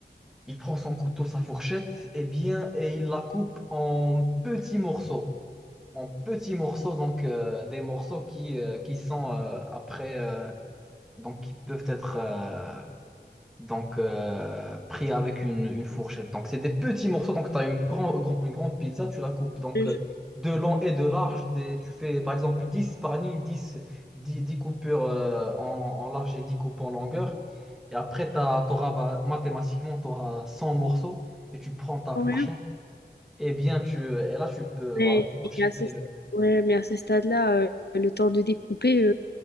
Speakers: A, in the centre; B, on the left.
A: il prend son couteau, sa fourchette, et bien, et il la coupe en petits morceaux, en petits morceaux, donc euh, des morceaux qui, euh, qui sont euh, après, euh, donc qui peuvent être euh, donc euh, pris avec une, une fourchette. Donc c'est des petits morceaux, donc tu as une, grand- grand- une grande pizza, tu la coupes donc
B: je-
A: euh, de long et de large, des- tu fais par exemple 10 par nuit, dix dix coupures euh, en, en large et 10 coupes en longueur. Et après, t'as, t'auras, bah, mathématiquement, tu auras 100 morceaux et tu prends ta fourchette.
B: Ouais,
A: Et bien, tu, et là, tu peux,
B: mais,
A: voilà, fourchetter
B: et à ce stade...
A: le...
B: ouais, mais à ce stade-là, euh, le temps de découper...